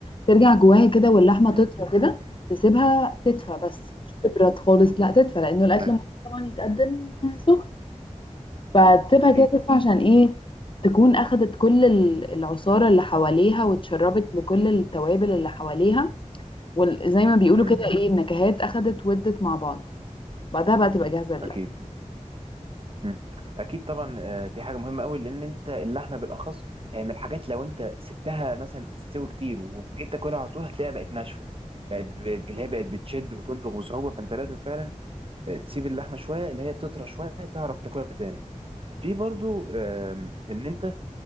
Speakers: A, on the left; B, on the right.
A: ترجع جواها كده واللحمة
B: امم
A: تطرى كده تسيبها تدفى بس مش تبرد خالص لا تدفى لانه الاكل
B: اي
A: المفروض طبعا يتقدم سخن فتسيبها
B: اكيد
A: كده تدفى عشان ايه تكون اخدت كل ال- العصارة اللي حواليها واتشربت لكل التوابل اللي حواليها وزي ما بيقولوا
B: امم
A: كده ايه النكهات اخدت ودت مع بعض بعدها بقى تبقى جاهزة للأكل
B: اكيد امم اكيد طبعا آه، دي حاجه مهمه قوي لان انت اللحمه بالاخص هي من الحاجات لو انت سبتها مثلا تستوي كتير وجيت تاكلها على طول هتلاقيها بقت ناشفه بقت بقت- اللي هي بقت بتشد وتندغ بصعوبه فانت لازم فعلا آه، تسيب اللحمه شويه اللي هي تطرى شويه تعرف تاكلها تاني في برضو آم، ان انت